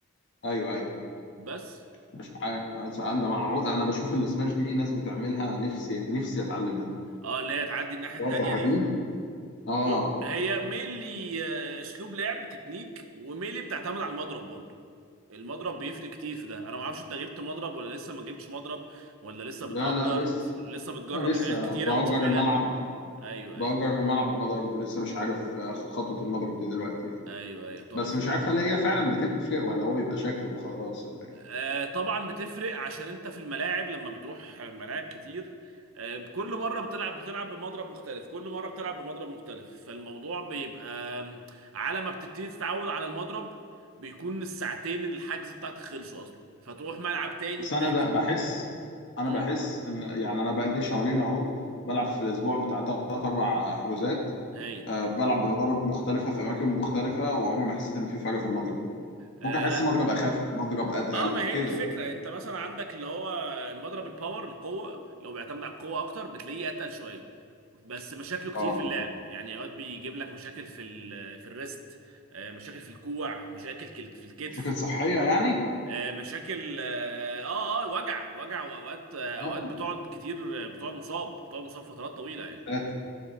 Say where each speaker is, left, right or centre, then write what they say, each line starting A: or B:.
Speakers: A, on the left; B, on the right.
A: ايوه ايوه
B: بس
A: مش عارف أصل انا مع... انا بشوف السماش دي ناس بتعملها نفسي نفسي اتعلمها
B: اه اللي هي تعدي الناحيه التانيه
A: الرزعه
B: دي
A: دي اه
B: بص هي ميلي آه، اسلوب لعب تكنيك وميلي بتعتمد على المضرب برضو المضرب بيفرق كتير في ده انا ما اعرفش انت جبت مضرب ولا لسه ما جبتش مضرب ولا لسه بتأجر
A: لا لا لسه
B: ف- لسه بتجرب
A: انا لسه
B: حاجات كتيره
A: بأجر
B: وتشوف
A: الملعب
B: ايه لا ايوه
A: بأجر
B: ايوه
A: الملعب بمضاربه لسه مش عارف اخد خطوه المضرب دي دلوقتي يعني.
B: ايوه ايوه تحفه
A: بس مش
B: تحفه
A: عارف هل هي فعلا بتفرق ولا هو بيبقى شكل وخلاص ولا ايه
B: آه طبعا بتفرق عشان انت في الملاعب لما بتروح ملاعب كتير آه كل مره بتلعب بتلعب بمضرب مختلف كل مره بتلعب بمضرب مختلف فالموضوع بيبقى آم، على ما بتبتدي تتعود على المضرب بيكون الساعتين الحجز بتاعتك خلصوا اصلا فتروح ملعب تاني
A: بس
B: تحجز
A: انا ده بحس انا
B: امم
A: بحس ان يعني انا بقالي شهرين اهو بلعب في الاسبوع بتاع ثلاث اربع حجوزات
B: هايل
A: أه بلعب بمضارب مختلفه في اماكن مختلفه وعمري ما حسيت ان في فرق في المضرب
B: آه
A: ممكن احس
B: لا
A: مضرب اخف مضرب اتقل
B: اه ما هي
A: كده
B: دي الفكره انت مثلا عندك اللي هو مضرب الباور القوه لو بيعتمد على القوه اكتر بتلاقيه اتقل شويه بس مشاكله كتير
A: اه
B: في اللعب يعني اوقات بيجيب لك مشاكل في ال في الريست آه، مشاكل في الكوع مشاكل كل- في الكتف
A: فكره صحيه يعني
B: آه، مشاكل اه اه آه، وجع وجع واوقات آه،
A: اه
B: اوقات بتقعد كتير آه، بتقعد مصاب بتقعد مصاب فترات طويله يعني
A: فات